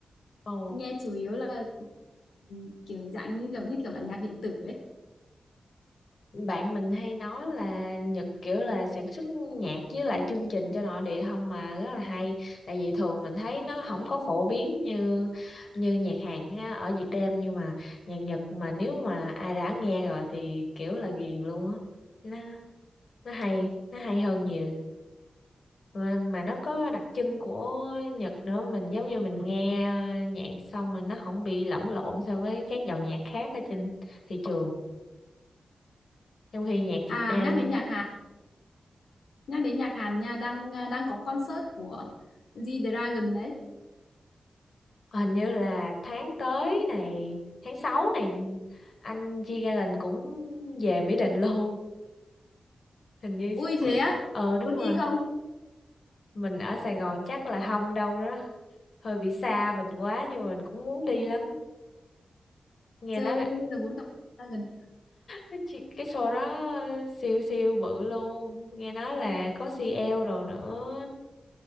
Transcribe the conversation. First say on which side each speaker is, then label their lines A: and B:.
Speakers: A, on the left; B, on the left.
A: ồ
B: Nghe chủ yếu là ừ, kiểu dạng như giống như kiểu là nhạc điện tử ấy.
A: bạn mình hay nói là Nhật kiểu là sản xuất nhạc với lại chương trình cho nội địa không mà rất là hay tại vì thường mình thấy nó không có phổ biến như như nhạc Hàn ha ở Việt Nam nhưng mà nhạc Nhật mà nếu mà ai đã nghe rồi thì kiểu là ghiền luôn á nó nó hay nó hay hơn nhiều mà, mà nó có đặc trưng của Nhật nữa mình giống như mình nghe nhạc xong mình nó không bị lẫn lộn so với các dòng nhạc khác ở trên thị trường trong khi nhạc Việt
B: À
A: Nam
B: nhắc đến nhạc Hàn, nhắc đến nhạc Hàn nha, đang à, đang có concert của G-Dragon đấy.
A: hình như là tháng tới này tháng 6 này anh G-Dragon cũng về Mỹ Đình luôn hình như
B: Ui thế
A: của-
B: á,
A: ờ đúng
B: có đi
A: rồi
B: không?
A: mình ở Sài Gòn chắc là không đâu đó hơi bị xa mình quá nhưng mà mình cũng muốn đi lắm nghe
B: Chơi
A: nói
B: bây giờ muốn gặp dragon
A: cái chi- cái show đó siêu siêu bự luôn nghe nói là có CL đồ nữa